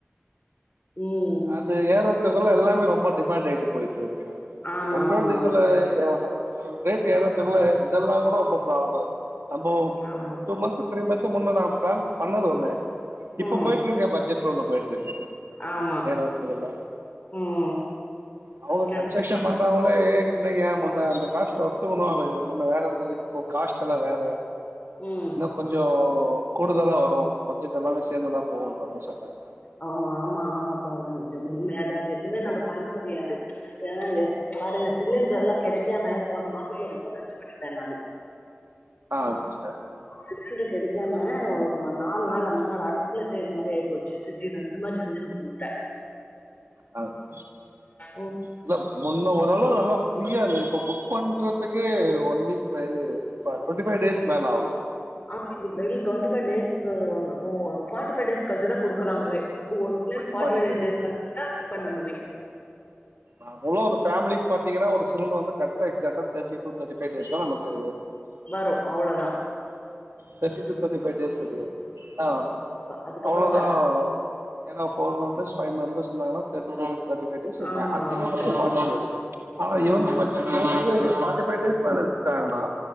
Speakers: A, on the left; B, on the right.
A: ம்
B: அது ஏர்றத்துக்குள்ள எல்லாமே ரொம்ப டிமாண்ட் ஆயிட்டு போயிட்ருக்குங்க
A: ஆமா
B: பெட்ரோல்
A: ஆமா
B: டீசல ஆஹா ரேட்டு ஏறத்துக்குள்ள இதெல்லா கூட ரொம்ப ப்ராப்ளம் ஆயிட்ச்சு நம்மோ
A: ஆமா ஆமா
B: டூ மந்த்து த்ரீ மந்த்து முன்ன நா பிளான் பண்ணது ஒன்னு இப்ப
A: ம்
B: போயிட்ருக்க பட்ஜெட்ல ஒன்னு போயிட்ருக்கு
A: ஆமா
B: பிரச்சனல்ல
A: ம்
B: அவுங்க
A: கண்டிப்பா
B: கன்ஷெஷன் பண் ணவுங்ளே இல்லெங்க முன்ன அந்த காஸ்ட்ட ஒத்துக்கனு அது முன்ன வேற இந்தது இப்போ காஸ்ட்டெல்லா வேற
A: ம்
B: கொஞ்சோ கூடுதலா வரு பட்ஜெட் எல்லாமே சேந்துதா போவுன்ற மார் சொன்னாங்க
A: அவு ஆமா ஆமா தோழா நிஜம் உண்மையா தா அது எதுமே நம்ப பண்ண முடியாது இதல்லா ஏ பாருங்க சிலிண்ட்ரெல்லா கெடைக்காம போன மாசத்துல ரொம்ப கஷ்டப்பட்டுட்டே நானு
B: ஆ சிஸ்டர்
A: சிலிண்ட்ரு கெடைக்காம ஒரு வ நாலு நாள் அஞ்சு நாள் அடுப்புல செய்ற மாரி ஆயி போச்சு சி டின்னு அந்த மாரி நெலமக்கி வந்துட்ட
B: ஆ செ
A: ஓ
B: இல்ல முன்ன ஓரளவு நல்லா ஃப்ரீயா இருந்தெ இப்ப புக் பண்றதுக்கு ஒன் வீக் இது டுவெண்ட்டி பைவ் டேஸ்க் மேல ஆவுது
A: ஆமா இங்க டுவெண்டி பைவ் டேஸ்க்கு ஓ பாட்டி பைவ் டேஸ் கழுச்சுதா குடுக்குறங்களே <unintelligible> லேர்ன் பாட்டி
B: ஃபார்ட்டி
A: ஃபை
B: ஃபைவ்
A: டேஸ் பண்ணி தான் பண்ணனுமே
B: மா அவ்ளோ ஒரு ஃபேமிலிக் பாத்தீங்கன்னா ஒரு சிலிண்டரு வந்து கரெக்ட்டா எக்ஸெக்டா தேட்டி டூ தோட்டி ஃபைவ் டேஸ் தா நமக்கு
A: வரு அவ்ளதா
B: தேட்டி டூ தோட்டி ஃபைவ் டேஸ்ஸுக்கு ஆ
A: அதுக்கப்புறோ
B: அவ்ளோதா
A: வர
B: ஏன்னா ஃபோர் மெம்பர்ஸ் ஃபைவ் மெம்பர்ஸ் இருந்தாங்கன்னா தேட்டி டூ தோட்டி ஃபை டேஸ் அ
A: ஆமா
B: அத்
A: ஆமா
B: இங்க மட்டு
A: கண்டிப்பா
B: ஃபாட்டி டேஸ் ஆனா இவுங்க
A: ஆமா
B: பாத் இவ்வுகளுது ஃபாட்டி ஃபை டேஸ் மேல வெச்சுட்டாங்கன்னா